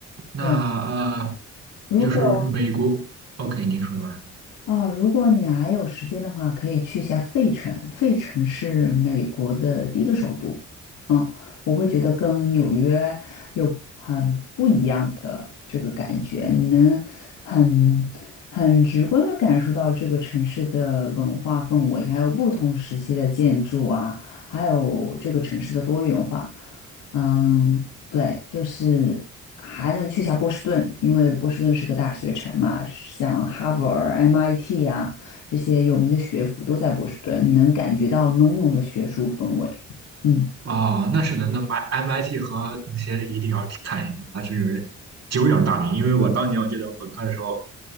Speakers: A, on the right; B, on the left.
A: 那呃，
B: 对，如果
A: 就是美国，OK，您说吧。
B: 哦，如果你还有时间的话，可以去一下费城。费城是美国的第一个首都，嗯，我会觉得跟纽约有很不一样的这个感觉，你能很很直观的感受到这个城市的文化氛围，还有不同时期的建筑啊，还有这个城市的多元化。嗯，对，就是还能去下波士顿，因为波士顿是个大学城嘛，像哈佛儿、MIT 呀、这些有名的学府都在波士顿，你能感觉到浓浓的学术氛围。嗯
A: 啊、那是的，那 MIT 和那些一定要去看一那它真是久仰大名。因为我当年我记得我本科的时候，